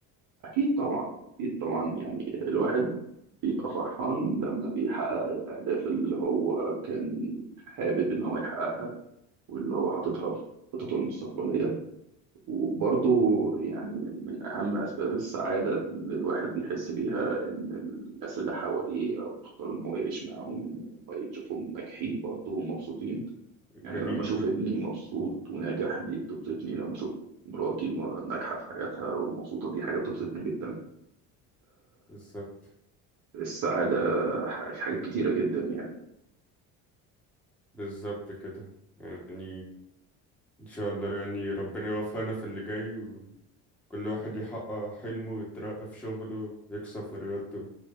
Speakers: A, on the right (about 55°); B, in the centre.
A: أكيد طبعا أكيد طبعا يعني الواحد بيبقى فرحان لما بيحقق الأهداف اللي هو كان حابب إن هو يحققها واللي هو حاططها في خططه المستقبلية وبرضه يعني من أهم أسباب السعادة اللي الواحد بيحس بيها إن الناس اللي حواليه أو اللي اختار إن هو يعيش معاهم إن هم يشوفهم ناجحين برضه ومبسوطين
B: جميل
A: يعني لما أشوف
B: جميل
A: ابني
B: جدا
A: مبسوط وناجح دي بتبسطني لما أشوف مراتي م- ناجحة في حياتها ومبسوطة دي حاجة بتبسطني جدا
B: بالظبط
A: فالسعادة ح- في حاجات كتيرة جدا يعني
B: بالظبط كده يعني إن شاء الله يعني ربنا يوفقنا في اللي جاي وكل واحد يحقق حلمه يترقى في شغله يكسب في رياضته